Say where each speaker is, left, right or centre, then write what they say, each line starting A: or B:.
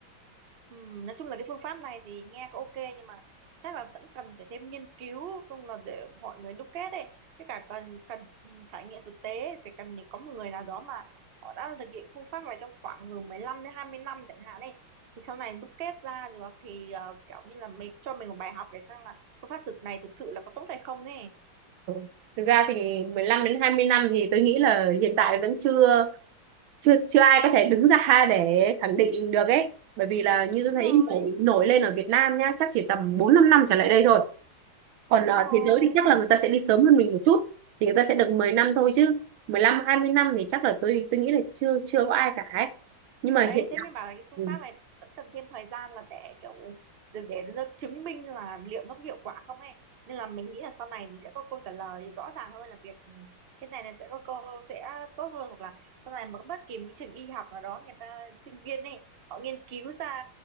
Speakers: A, on the right; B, on the right.
A: Ừm, nói chung là cái phương pháp này thì nghe có ok nhưng mà chắc là vẫn cần phải thêm nghiên cứu xong là để mọi người đúc kết ấy với cả cần cần trải nghiệm thực tế phải cần có một người nào đó mà họ đã thực hiện phương pháp này trong khoảng từ 15 đến 20 năm chẳng hạn ấy thì sau này đúc kết ra được thì ờ, kiểu như là mình cho mình một bài học để xem là phương pháp thực này thực sự là có tốt hay không ấy
B: Ừ. Thực ra thì 15 đến 20 năm thì tôi nghĩ là hiện tại vẫn chưa chưa chưa ai có thể đứng ra để khẳng định được ấy. Bởi vì là như
A: đúng
B: tôi thấy
A: rồi
B: nổi, nổi lên ở Việt Nam nhá, chắc chỉ tầm 4 5 năm trở lại đây thôi. Còn ở
A: đúng rồi
B: thế giới thì chắc là người ta sẽ đi sớm hơn mình một chút thì người ta sẽ được 10 năm thôi chứ mười lăm hai mươi năm thì chắc là tôi tôi nghĩ là chưa chưa có ai cả ấy. Nhưng mà
A: đấy
B: hiện
A: thế
B: tại
A: mới bảo là cái phương
B: ừ,
A: pháp này vẫn cần thêm thời gian là để kiểu để, để nó chứng minh là liệu nó có hiệu quả không ấy nên là mình nghĩ là sau này mình sẽ có câu trả lời rõ ràng hơn là việc ừ, cái này là sẽ có câu sẽ tốt hơn hoặc là sau này mà bất kỳ một cái trường y học nào đó người ta sinh viên ấy họ nghiên cứu ra